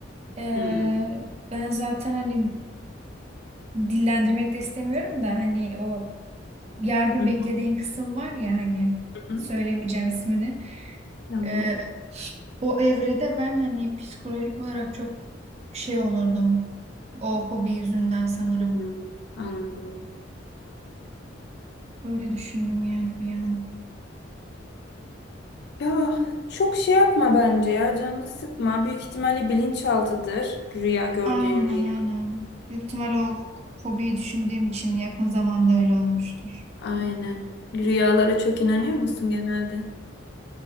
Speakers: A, on the right; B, on the left.
A: Ee,
B: Hı hı.
A: ben zaten hani dillendirmek de istemiyorum da hani o yardım
B: hı
A: beklediğin kısım var ya hani
B: hı.
A: söylemeyeceğim ismini.
B: Tamam.
A: Ee, o evrede ben hani psikolojik olarak çok şey olurdum. O fobi yüzünden sanırım.
B: Hı, Tamam. Anladım.
A: Öyle düşündüm yani bir an.
B: Ya çok şey yapma bence ya canını sıkma. Büyük ihtimalle bilinçaltıdır rüya gördüğün
A: Aynen
B: rüya.
A: aynen. Büyük ihtimal o fobiyi düşündüğüm için yakın zamanda öyle olmuştur.
B: Aynen. Rüyalara çok inanıyor musun genelde?